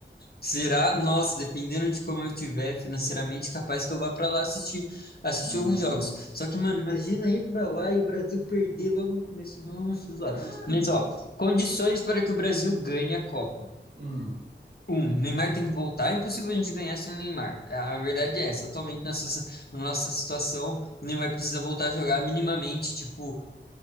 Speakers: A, on the left; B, on the right.
A: Será? Nossa, dependendo de como eu estiver financeiramente, capaz que eu vá pra lá assistir, assistir
B: Nossa.
A: alguns jogos. Só que, mano, imagina ir pra lá e o Brasil perder logo no começo. Nossa, zoado.
B: Ah,
A: Mas,
B: não.
A: ó, condições para que o Brasil ganhe a Copa.
B: Hum.
A: Um, Neymar tem que voltar. É impossível a gente ganhar sem o Neymar. A a verdade é essa. Atualmente, nessa, s- na nossa situação, o Neymar precisa voltar a jogar minimamente, tipo,